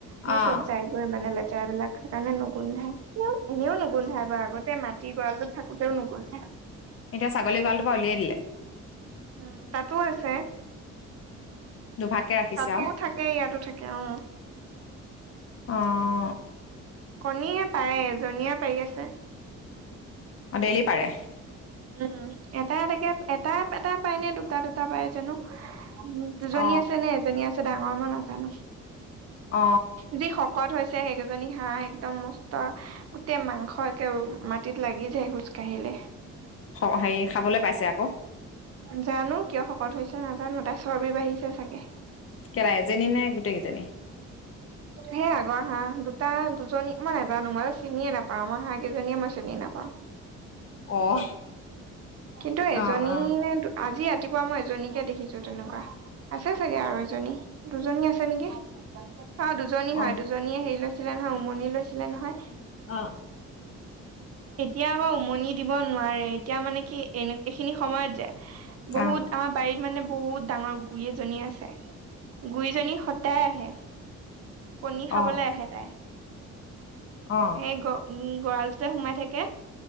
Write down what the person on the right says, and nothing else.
নে
চব জায়গৈ মানে লে লেতেৰাবিলাক, সেইকাৰণে নুগোন্ধাই, এনেও নুগোন্ধাই বাৰু আগতে মাটি ভঁৰালটোত থাকোতেও নুগোন্ধাই।
উম, তাতো আছে।
তাতো
থাকে ইয়াতো থাকে অ'।
কণীয়ে পাৰে, এজনীয়ে পাৰি আছে।
উম, এটা এটাকে এটা এটা পায় নে দুটা দুটা পায় জানো। উম, দুজনী
আছে নে এজনী আছে ডাঙৰ মই নাজানো।
যি শকত হৈছে সেই দুজনী হাঁহ একদম মষ্ট, গোটেই মাংস একে মাটিত লাগি যায় খোজ কাঢ়িলে।
জানো কিয় শকত হৈছে নাজানো, তাই চৰ্বি বাঢ়িছে চাগে।
সেই আগৰ হাঁহ দুটা, দুজনী মই নোজানো, মই চিনিয়ে নাপাও। আমাৰ হাঁহ কেইজনীয়ে মই চিনিয়ে নাপাওঁ।
কিন্তু এজনী
নে আজি ৰাতিপুৱা মই এজনীকে দেখিছোঁ তেনেকুৱা। আছে চাগে আৰু এজনী, দুজনী আছে নেকি। অ' দুজনী হয়
দুজনীয়ে হেৰি লৈছিলে নহয় উমনি লৈছিলে নহয়।
এতিয়া আকৌ উমনি দিব নোৱাৰে, এতিয়া মানে কি এনে এইখিনি সময়ত যে বহুত
আমাৰ বাৰিত মানে বহুত ডাঙৰ গুৰি এজনী আছে, গুৰিজনী সদায় আহে। কণী খাবলৈ
আহে তাই।
সেই গ-গঁৰালটোতে সোমাই থাকে।